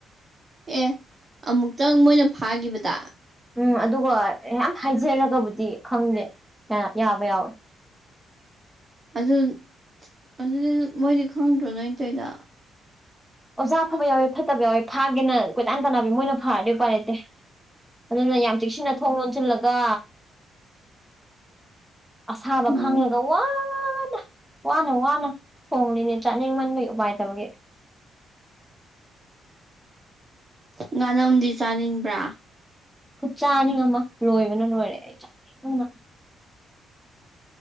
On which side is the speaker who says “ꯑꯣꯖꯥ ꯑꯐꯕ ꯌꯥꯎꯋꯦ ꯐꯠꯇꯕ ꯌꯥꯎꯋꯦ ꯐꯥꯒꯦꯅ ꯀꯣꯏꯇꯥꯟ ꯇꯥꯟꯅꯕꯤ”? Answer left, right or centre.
Centre